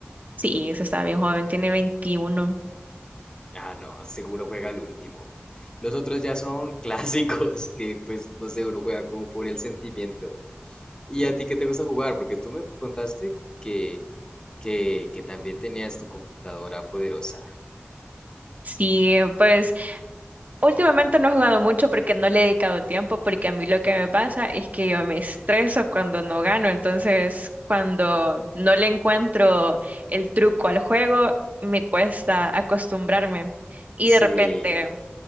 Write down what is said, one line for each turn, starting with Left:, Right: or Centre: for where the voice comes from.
Right: Sí, se está bien joven, tiene veintiuno.
Left: Ah, no, seguro juega el último. Los otros ya son clásicos, <laughs> que pues no sé, uno juega como por el sentimiento. ¿Y a ti qué te gusta jugar? Porque tú me contaste que, que, que también tenías tu computadora poderosa.
Right: Sí, pues Últimamente no he jugado mucho porque no le he dedicado tiempo, porque a mí lo que me pasa es que yo me estreso cuando no gano, entonces cuando no le encuentro el truco al juego, me cuesta acostumbrarme. Y
Left: Sí.
Right: de repente